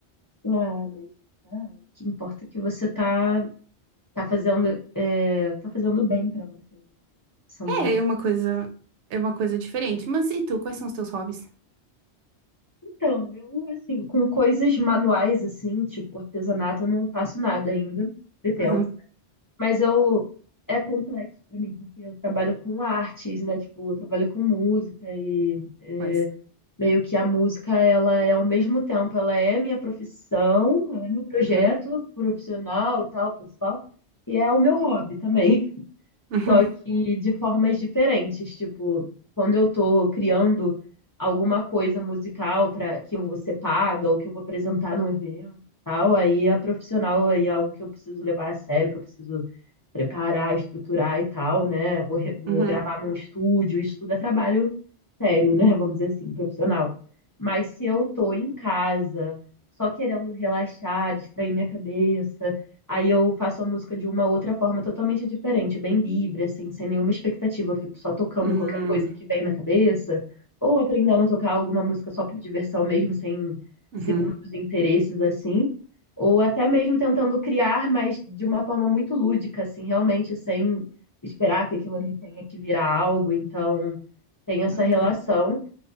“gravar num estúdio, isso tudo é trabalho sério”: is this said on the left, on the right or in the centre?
Left